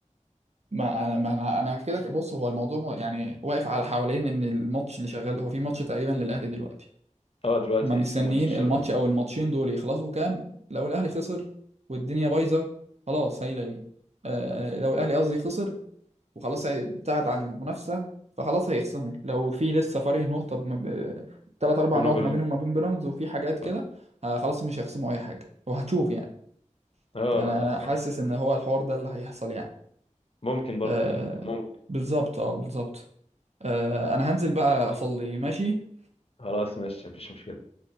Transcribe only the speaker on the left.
اه دلوقتي
في ماتش شغال
بينه
وبين
اه
اه آه،
صح
ممكن برضه
آه، ممكن
خلاص ماشي مفيش مشكله